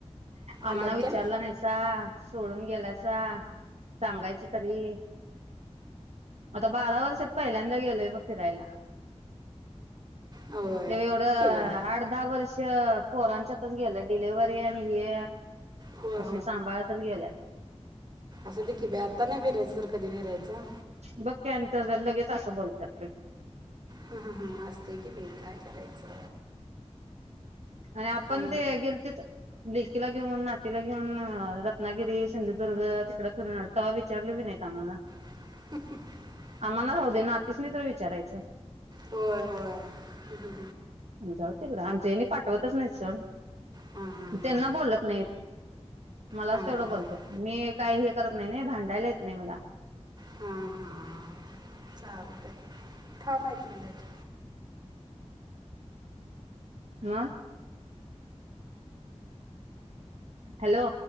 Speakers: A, on the right; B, on the right.
A: आम्हांला
B: आल्यात
A: विचारलं
B: काय
A: नाहीसा सोडून गेलासा सांगायच तरी आता बारा वर्षात पहिल्यांदा गेलोय बघ फिरायला
B: होय
A: ते एवढं
B: ते का
A: आठ दहा वर्ष पोरांच्यातच गेल्या डिलेव्हरी आणि हे
B: होय
A: कस सांभाळतच गेल्यात
B: असूनदे की बाई आता नाही फिरायचं तर कधी फिरायचं
A: बघकी लगेच असं बोलत्यात ते
B: हम हम असतय की बाई काय करायचं
A: आणि आपण
B: हं.
A: ते गेलेते लेकीला घेऊन नातीला घेऊन रत्नागिरी सिंधुदुर्ग तिकड फिरून आल तव्हा विचारले बी नाहीत आम्हाला
B: <inaudible>
A: आम्हाला राहऊ दे ना आतीस न तरी विचारायचं
B: होय होय ह
A: जावो तिकडं आमचे हेनी पाठवतच नाही सोड
B: हां हां हां
A: त्यांना बोलत नाहीत मलाच
B: हां
A: तेवढं
B: हां
A: बोलत्यात मी काही हे करत नाही नाही भांडायला येत नाही मला
B: ह्म्म ह्म्म थांब एक मिनट
A: ह हॅलो